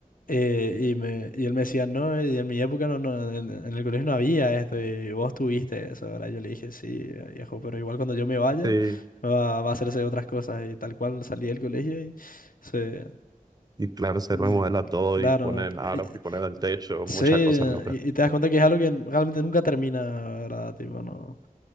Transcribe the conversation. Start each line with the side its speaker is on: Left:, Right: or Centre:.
Left: eh, y, me, y él me decía, no, eh, y en mi época no, no, en, en el colegio no había esto, y vos tuviste eso, ¿verdad? Yo le dije, sí, viejo, pero igual cuando yo me vaya
Right: sí.
Left: va, va a hacerse otras cosas, y tal cual salí del colegio y se...
Right: Y claro, se
Left: y-
Right: remodela todo
Left: Claro,
Right: y ponen aros
Left: eh,
Right: y ponen el techo,
Left: Sí,
Right: muchas
Left: y,
Right: cosas locas.
Left: y te das cuenta que es algo que realmente nunca termina, ¿verdad? Tipo, no. O